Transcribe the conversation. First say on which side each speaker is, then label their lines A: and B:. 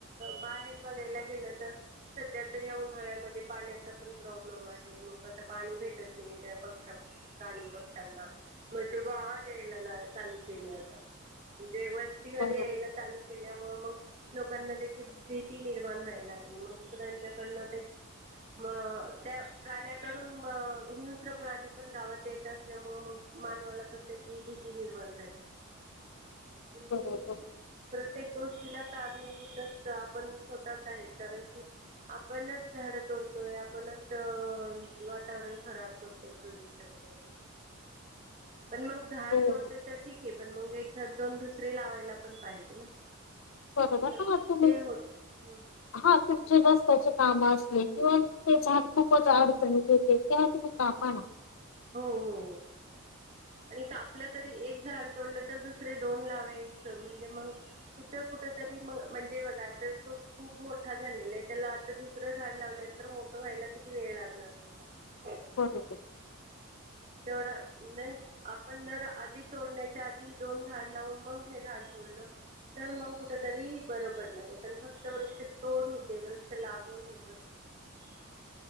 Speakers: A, on the right (about 35°); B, on the left (about 65°).
A: बाहेर बघायला गेलं तर सध्या तर ह्या उन्हाळ्यामध्ये पाण्याचा पण प्रॉब्लेम आहे मग आता पाणी भेटत नाही त्या पक्षा प्राणी पक्ष्यांना मग तो गावात यायला ला चालू केले आता म्हणजे वस्तीमध्येध्ये
B: बरोबर
A: यायला चालू मग लोकांना त्याची भीती निर्माण व्हायला लागली मग त्यांच्याकडन म त्या प्राण्याकडून हिमस्र प्राणी पण गावात येत असल्यामु मग मानवाला पण त्याची भीती निर्माण झाली म्हणजे
B: बरोबर
A: प्रत्येक गोष्टीला कारणीभूतच आपण स्वतःच आहे कारण की आपणच झाडं तोडतोय आपणच अ वातावरण खराब करतोय प्रदूषण बर पण मग झाड
B: हो
A: तोडतोय
B: ना.
A: तर ठीक आहे पण मग एक दोन दुसरे लावायला पण पाहिजे ना
B: ब ह
A: पण
B: तुम्ही
A: ते होत हो
B: हा तुमचे जास्त काम अस किंवा ते खूपच अडचणीत येत ते्हा काप
A: हो हो आणि कापलं तरी एक झाड तोडलं तर दुसरे दोन लावायचं म्हणजे मग तथ कुठ तरी म म्हणजे बघा तो खूप मोठा झालेला आहे त्याला आता दुसरं झाड लावल्यानंतर मोठं व्हायला किती वेळ लागणार आहे त्याला
B: होर हो
A: तेवढा न आपण जर आधी तोडण्याच्या आधी दोन झाड लावून मग हे झाड तोडलं तर मग कुठ तरी बरं पडणार आहे पण फक्त वृक्ष तोड होते वृक्ष लागवण होतच हम्म